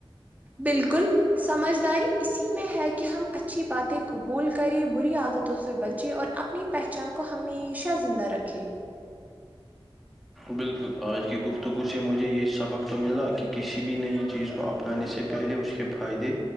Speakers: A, on the right; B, in the centre.
A: بالکل سمجھداری اسی میں ہے کہ ہم اچھی باتیں قبول کریں بری عادتوں سے بچیں اور اپنی پہچان کو ہمیشہ زندہ رکھے
B: بالکل آج کی گفتگو سے مجھے یہ سبق تو ملا کہ کسی بھی نئی چیز کو اپنانے سے پہلے اس کی فائدے